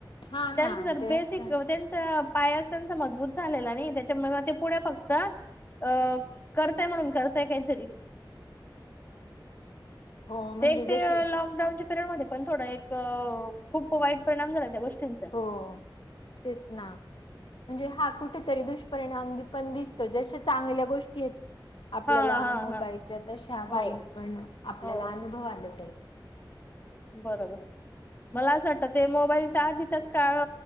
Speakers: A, on the left; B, on the left.
A: हा
B: त्यांच
A: ना
B: तर
A: तेच
B: बेसिक
A: तर
B: त्यांच्या -- पायाच त्यांचा मजबूत झालेला नाही त्याच्यामुळे मग ते पुढे फक्त अ करतय म्हणून करतय काहीतरी- -
A: हो म्हणजे
B: ते
A: जशी
B: ते लॉकडाऊनच्या पिरियड मध्ये पण थोडं एक -- क खूप वाईट परिणाम झाला त्या गोष्टींचा.
A: हो तेच ना म्हणजे हा कुठेतरी दुष्परिणाम पण दिसतो जश चांगल्या गोष्टी आहेत. आपल्याला
B: हा हा
A: मोबाईलच्या
B: हा
A: तशा
B: हो
A: वाईट पण आपल्याला
B: हो
A: अनुभव आलेत त्याचे --
B: बरोबर मला असं वाटत ते मोबाईलच्या आधीचाच काळ --